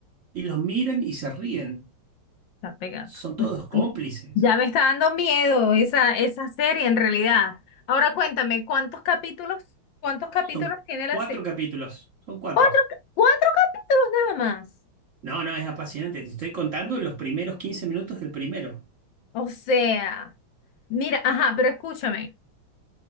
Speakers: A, on the right; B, on the left.
A: Y los miran y se ríen.
B: Está pegando.
A: Son todos cómplices.
B: <laughs> Ya me está dando miedo esa, esa serie en realidad. Ahora cuéntame, ¿cuántos capítulos, cuántos capítulos
A: Son
B: tiene la
A: cuatro
B: serie?
A: capítulos. Son cuatro.
B: Cuatro, ca- cuatro capítulos nada más.
A: No, no, es apasionante. Te estoy contando los primeros 15 minutos del primero
B: O sea, mira, ajá, pero escúchame,